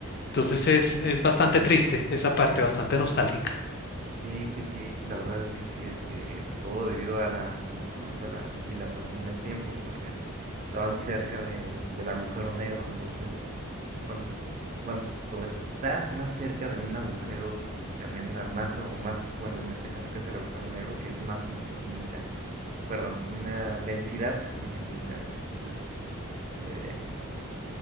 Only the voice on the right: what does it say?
sí, sí, sí.
Sí, sí, sí, la verdad es que sí, este, todo debido a la, como te comento, a la dilatación del tiempo, porque estaban cerca de- del agujero negro, entonces Cuantos- Cuanto estás más cerca de un agujero con tremenda masa o más, bueno, en este caso que es el agujero negro, que es masa infinita, perdón, una densidad infinita, entonces eh,